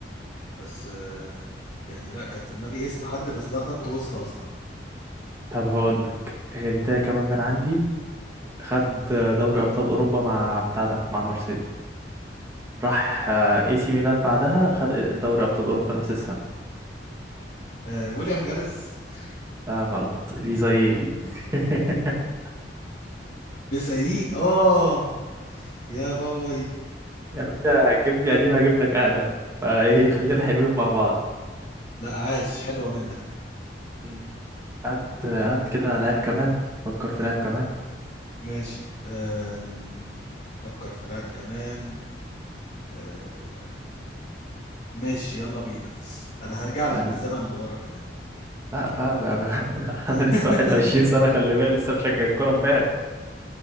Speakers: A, on the left; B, on the right.
A: بس آه... يعني لا كان في دماغي اسم حد بس ده خط وسط اصلا
B: طب هقول لك انت كمان من عندي خد دوري ابطال اوروبا مع بتاع ده مع مارسيليا راح آه، اي سي ميلان بعدها خد دوري ابطال اوروبا نفس السنة
A: آه... ويليام جلس <laughs>
B: اه غلط دي زي <laughs>
A: لسه اه يا باي
B: يا باشا هتجيب لي قديم هجيب لك اقدم فايه خلينا حلوين مع بعض
A: لا عاش حلوة منك
B: مم. هات هات كده لاعب كمان فكر في لاعب كمان
A: ماشي أم... فكر في لاعب كمان أم... ماشي يلا بينا <laughs> انا هرجع لك
B: يلا
A: بالزمن لورا كمان
B: لا بقى, بقى, بقى. <laughs> انا لسه
A: <laughs>
B: 21 سنة خلي بالك لسه مشجع الكورة امبارح